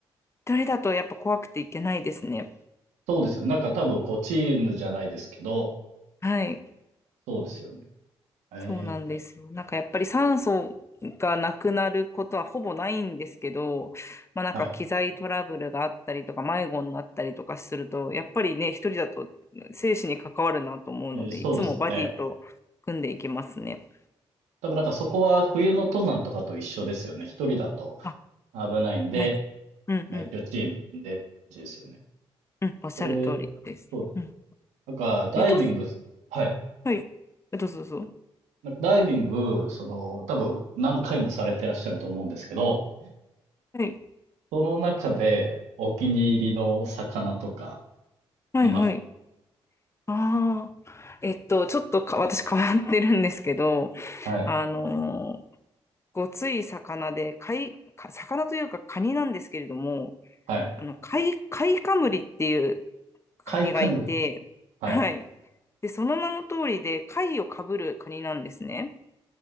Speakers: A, on the left (about 25°); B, on the right (about 85°).
A: 一人だとやっぱ怖くていけないですね。
B: そうですよね。なんか多分こうチームじゃないですけど、
A: はい。
B: そうですよね。えー、
A: そうなんですよ。なんかやっぱり酸素がなくなることはほぼないんですけど、まあなんか機材トラブルがあったりとか迷子になったりとかすると、
B: はい。
A: やっぱりね、一人だと生死に関わるなと思うので、
B: えーそうですよね。
A: いつもバディと組んでいきますね。
B: 多分なんかそこは冬の登山とかと一緒ですよね。一人だと
A: あ、
B: 危ないんで、
A: はい。うんうん。
B: まあ一応チーム組んでって感じですよね。
A: うん、おっしゃる通りです。
B: それ、そうです。
A: うん。
B: なんかダイビング、
A: えっと、
B: はい。
A: はい。えどうぞどうぞ。
B: なんかダイビング、その、多分何回もされてらっしゃると思うんですけど、
A: はい。
B: その中でお気に入りの魚とか
A: はいはい。
B: います。
A: ああ。えっと、ちょっとか、私変わってるんですけど、
B: はい。
A: あのーごつい魚で、貝、か魚というかカニなんですけれども、
B: はい。
A: あの、貝、貝カムリっていうカニがいて、
B: カイカムリ。はい。
A: はい。で、その名の通りで、貝をかぶるカニなんですね。